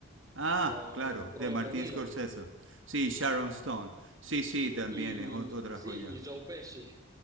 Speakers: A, on the right; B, on the right.
A: Ah,
B: con
A: claro,
B: Robert
A: de Martín
B: De Niro.
A: Scorsese. Sí, Sharon Stone. Sí, sí, también
B: Y
A: es ot- otra
B: sí,
A: joya.
B: y Joe Pesci.